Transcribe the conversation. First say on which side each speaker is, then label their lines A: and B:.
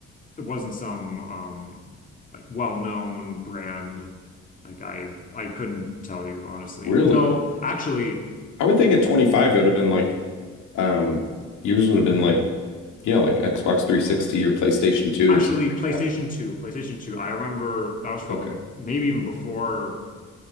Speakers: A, on the left (about 25°); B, on the left (about 80°).
A: it wasn't some um like well-known brand. Like I I couldn't tell you honestly.
B: Really?
A: Though actually
B: I would think at 25 it would have been like um yours would have been like yeah, like Xbox 360 or PlayStation 2
A: actually
B: or something like
A: PlayStation
B: that.
A: 2, PlayStation 2, I remember that was probably
B: Okay.
A: maybe even before